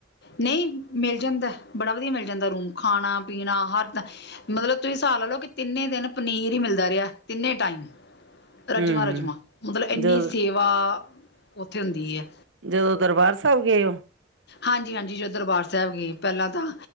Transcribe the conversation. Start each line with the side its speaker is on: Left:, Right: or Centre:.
Left: ਨਂਈ ਮਿਲ ਜਾਂਦੈ ਬੜਾ ਵਦੀਆ ਮਿਲ ਜਾਂਦਾ ਰੂਮ ਖਾਣਾ ਪੀਣਾ ਹਰ ਤਾਂ ਮਤਲਬ ਤੁਸੀਂ ਸਾਬ ਲਾ ਲਓ ਕਿ ਤਿੰਨੇ ਦਿਨ ਪਨੀਰ ਈ ਮਿਲਦਾ ਰੇਆ ਤਿੰਨੇ ਟਾਈਮ। ਰਜਵਾਂ-ਰਜਵਾਂ,
Right: ਹੂੰ
Left: ਮਤਲਬ ਏੱਨੀ
Right: ਜਦੋਂ
Left: ਸੇਵਾ ਓੱਥੇ ਹੁੰਦੀ ਐ।
Right: ਜਦੋਂ ਦਰਬਾਰ ਸਾਬ ਗਏ ਓ।
Left: ਹਾਂਜੀ-ਹਾਂਜੀ ਜਦੋਂ ਦਰਬਾਰ ਸਾਬ ਗਏ ਪੈਹਲਾਂ ਤਾਂ